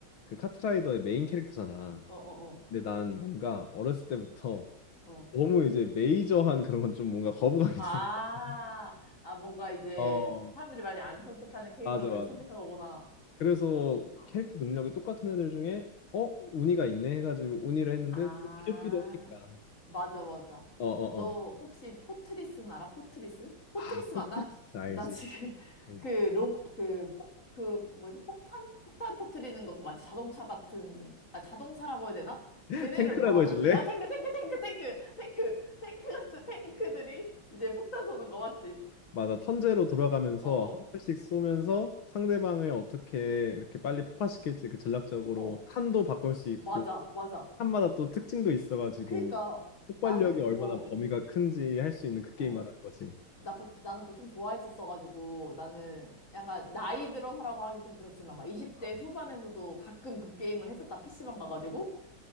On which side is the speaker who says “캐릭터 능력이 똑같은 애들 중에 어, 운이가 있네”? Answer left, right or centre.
Left